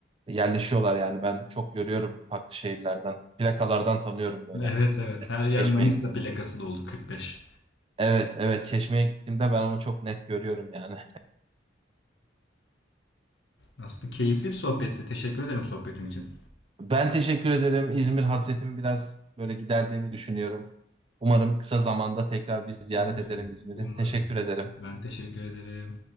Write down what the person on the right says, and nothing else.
E, Yerleşiyorlar yani ben çok görüyorum farklı şehirlerden. Plakalardan tanıyorum böyle.
Çeşme'ye
gittiğimde.
Evet, evet Çeşme'ye gittiğimde ben onu çok net görüyorum yani.
Ben teşekkür ederim. İzmir hasretimi biraz böyle giderdiğimi düşünüyorum. Umarım kısa zamanda tekrar bir ziyaret
ederim İzmir'i.
Teşekkür ederim.